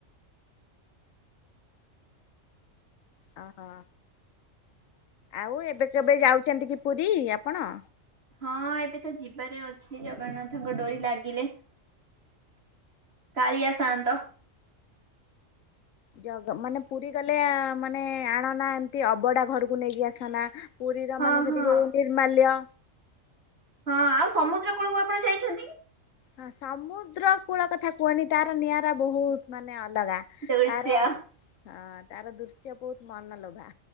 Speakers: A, on the left; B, on the right.
A: ଓହୋ ଆଉ ଏବେ ଯେବେ ଯାଉଛନ୍ତି କି ପୁରୀ ଆପଣ?
B: ହଁ ଏବେ ତ ଯିବାରେ ଅଛି ଜଗନ୍ନାଥଙ୍କ ଡୋରି ଲାଗିଲେ। କାଳିଆ ସାଅନ୍ତ।
A: ଜଗ ମାନେ ପୁରୀ ଗଲେ ମାନେ ଆଣନା ଏମତି ଅବଢା ଘରକୁ ନେଇକି ଆସନା? ପୁରୀର
B: ହଁ
A: ମାନେ
B: ହଁ
A: ସେଠି ଯୋଉ ନିର୍ମାଲ୍ୟ
B: ହଁ ଆଉ ସମୁଦ୍ର କୂଳକୁ ଆପଣ ଯାଇଛନ୍ତି କି?
A: ହଁ ସମୁଦ୍ର କୂଳ କଥା କୁହନି ତାର ନିଆରା ବହୁତ ମାନେ ଅଲଗା।
B: ଦୃଶ୍ୟ
A: ତାର ଅଁ ତାର ଦୃଶ୍ୟ ବହୁତ ମନଲୋଭା।